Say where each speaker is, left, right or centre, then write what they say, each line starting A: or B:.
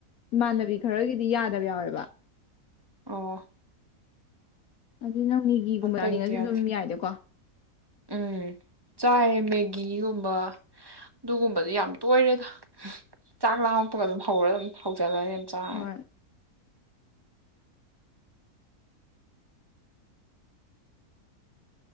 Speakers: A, on the left; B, on the right.
A: ꯏꯃꯥꯟꯅꯕꯤ ꯈꯔꯒꯤꯗꯤ ꯌꯥꯗꯕ ꯌꯥꯎꯋꯦꯕ
B: ꯑꯥ
A: ꯑꯗꯨ ꯅꯪ ꯃꯤꯒꯤꯒꯨꯝꯕ
B: ꯑꯇꯩꯗꯤ
A: ꯆꯥꯅꯤꯡꯉꯁꯨ
B: ꯌꯥꯗꯦ
A: ꯑꯗꯨꯝ ꯌꯥꯏꯗꯀꯣ
B: ꯎꯝ ꯆꯥꯏ ꯃꯦꯒꯤꯒꯨꯝꯕ ꯑꯗꯨꯒꯨꯝꯕꯗꯤ ꯌꯥꯝ ꯇꯣꯏꯔꯦꯗ ꯆꯥꯛ ꯂꯥꯡꯉꯛꯄꯒ ꯑꯗꯨꯝ ꯍꯧꯔ ꯑꯗꯨꯝ ꯍꯧꯁ ꯂꯧꯒꯠꯂ ꯑꯗꯨ ꯆꯦꯔꯅ
A: ꯍꯣꯏ
B: <unintelligible>